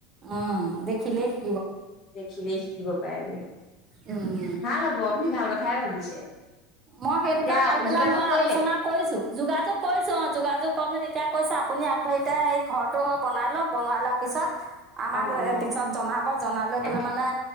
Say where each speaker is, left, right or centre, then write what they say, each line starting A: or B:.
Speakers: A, on the right; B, on the left.
A: উম দেখিলে শি
B: দেখিলে শিকিব পাৰে আজিকালি।
A: উম।
B: ভাল হ'ব আপুনি ভাল কথা- ই ভাবিছে।
A: মই সেইটোকে
B: এতিয়া
A: ভাবি পেলাই
B: যোগাযোগ
A: মই
B: কৰিলে
A: আলোচনা কৰিছো যোগাযোগ কৰিছো অ যোগাযোগ কৰো নে এতিয়া কৈছে আপুনি আগ ধৰিতা এই ঘৰটো বনাই লওক বনাই লোৱাৰ পিছত আমাক
B: অ অ
A: এ পিছত জনাব, জনাই লৈ
B: এ
A: পেলাই মানে